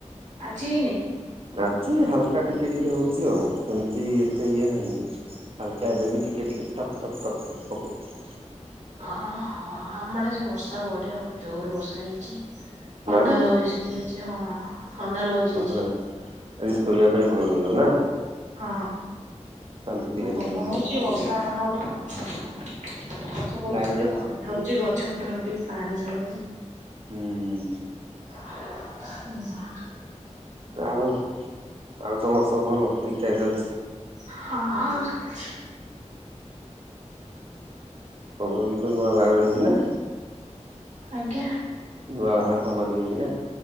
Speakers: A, on the right; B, on the right.
A: ଆଜି ହେଇନି?
B: ଆଜି ହାଲକା ଟିକେ ଟିକେ ହଉଚି ଆଉ ସେମିତି ଏତେ ଇଏ ନାହିଁ। ହାଲକା ଏବେ ବି ଟିକେ ଟିକେ ଟପ ଟପ ଟପ୍ ଟପ ପକଉଚି।
A: ଓହୋ ଆମ ଆଡେ ଆଜି ବର୍ଷା ବଢିଆ ଉ ଜୋରେ ବର୍ଷା ହେଇଚି। ଥଣ୍ଡା
B: ନା ମ
A: ଲାଗୁଚି ସେଇତି ଆଜି ଆଉ ଥଣ୍ଡା ଲାଗୁଚି
B: ଥଣ୍ଡା
A: ଆଜି।
B: ଲାଗୁଛି ଆଜି ଶୋଇବା ପାଇଁ ଭଲ ଲାଗିବ ନା?
A: ହଁ
B: ଶାନ୍ତିରେ
A: ତ ଗରମ
B: ଶୋଇବୁ
A: ହଉଚି ବର୍ଷା ହେଲାଉ ଟିକେ ଭଲନାଗିବ। ଗଛ ଫଛ
B: ଲାଇନ
A: ବି ଯୋଉ
B: ଅଛି
A: ଖରା ହଉଚି ଗଛ ପତ୍ରକୁ ଟିକେ ପାଣି ପାଇବ।
B: ହୁଁ।
A: ହୁଁ।
B: ଆଉ ଆଉ ତମର ସବୁ ଭଲ ଠିକ ଠାକ ଚାଲିଚି?
A: ହଁଉ ଚାଲିଚି।
B: ତମର ବି ତ ନୂଆ ବାଘର ହେଇଚି ନା?
A: ଆଜ୍ଞା?
B: ନୁଆ ବାହାଘର ତମର ବି ହେଇଚି ନା?